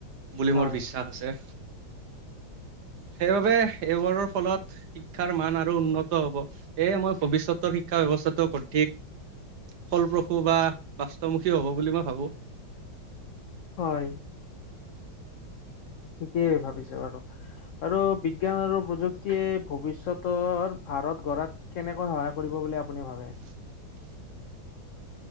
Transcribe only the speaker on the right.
বুলি
মোৰ বিশ্বাস আছে সেইবাবে এইবোৰৰ ফলত শিক্ষাৰ মান আৰু উন্নত হব এইয়ে মই ভৱিষ্যতৰ শিক্ষা ব্যৱস্থাটোক অধিক ফলপ্ৰসূ বা বাস্তমুখী হ'ব বুলি মই ভাবো
<unintelligible>